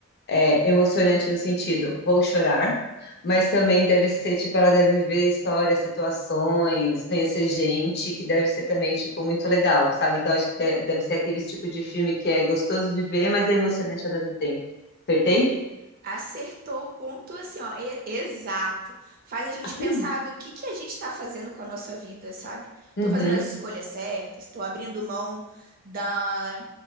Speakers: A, on the left; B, on the right.
A: é, emocionante no sentido, vou chorar, mas também deve ser, tipo, ela deve ver histórias, situações, conhecer gente, que deve ser também, tipo, muito legal, sabe? Então, acho que de- deve ser aquele tipo de filme que é gostoso de ver, mas é emocionante ao mesmo tempo. Acertei?
B: Acertou o ponto assim, ó, e- exato. Faz a gente pensar
A: Ai,
B: do que que a gente tá fazendo com a nossa vida, sabe?
A: Uhum,
B: Tô fazendo as escolhas certas, tô abrindo mão da